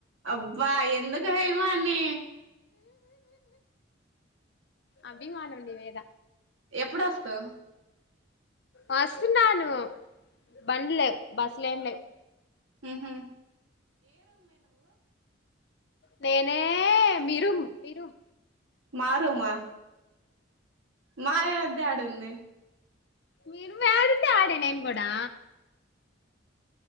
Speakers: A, on the right; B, on the left.
A: అబ్బా ఎంతొక హైమా అన్నే
B: అభిమానం నీ మీద
A: ఎప్పుడు వస్తావు్
B: వస్తున్నాను బండ్ లేవు బస్సులేం లేవు
A: ఉంహు
B: నేనే మిరుం మిరుం
A: మా రుమా మారే అద్దే ఆడుంది
B: మీరుం యాడుంటే ఆడే నేను కూడా